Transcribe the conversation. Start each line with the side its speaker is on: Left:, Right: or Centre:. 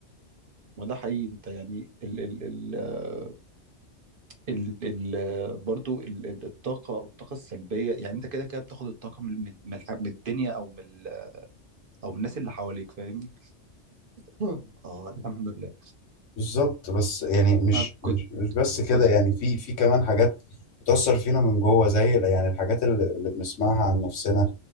Right: وده حقيقي انت يعني ال ال ال آه، ال ال برضه ال... ال- الطاقه او الطاقه السلبيه يعني انت كده كده بتاخد الطاقه من من من الح- من الدنيا او من ال- او من الناس اللي حواليك فاهمني <laughs> اه الحمد لله
Left: بالظبط بس يعني مش
Right: أنا كنت
Left: مش مش بس كده
Right: كنت
Left: يعني في في كمان حاجات بتأثر فينا من جوه زي ال- يعني الحاجات اللي, اللي بنسمعها عن نفسنا